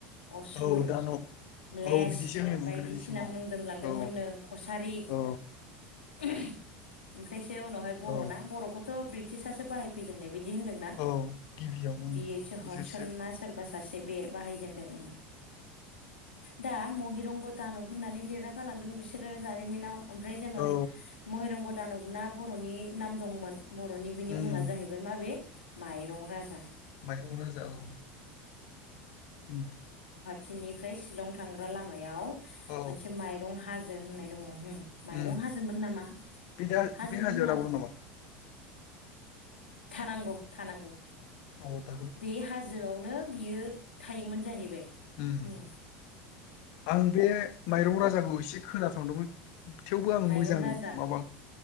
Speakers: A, on the left (about 75°); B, on the left (about 50°).
A: असुर
B: औ दानब
A: म्लेस
B: औ बिदिसो होनोमोन
A: बायदिसिना
B: गोदोनि समाव
A: मुं दोनलांदोंमोननो
B: औ
A: खसारि
B: औ
A: <unintelligible> ओमफ्रायसो उनावहाय बरना
B: औ
A: बरखौ- थ ब्रिटिसासो बाहाय फैजेननाय बायदि होनदोंना
B: औ गिबियावनो
A: बिओससो हरसन
B: बिसोरसो
A: ना सोरबा सासे बे बाहायजेनदों उम दा महिरंग‌दानब होननानै लिरना गालांदों बिसोरो जारिमिनाव ओमफ्राय जोंङो
B: औ
A: महिरंग दानबना बरनि नाम दंमोन बरनि बिनि
B: उम
A: मुङा जाहैबाय माबे माइरं राजा
B: माइरं राजा औ उम
A: टिननिफ्राय शिलं थांग्रा लामायाव
B: औ
A: मोनसे माइरं हाजो होननाय दंङ हम
B: उम
A: माइरं हाजोमोन नामा
B: बे दा
A: हाजोनि
B: बे हाजोआव
A: मुङाव
B: दाबो
A: ओद
B: दं नामा
A: थानांगौ थानांगौ
B: औ द
A: बे हाजोआवनो बियो थायोमोन जाहैबाय हम
B: उम आं बे माइरं राजाखौ एसे खोना संदोंमोन थेवबो आं
A: माइरं
B: मोजां
A: राजा
B: माबा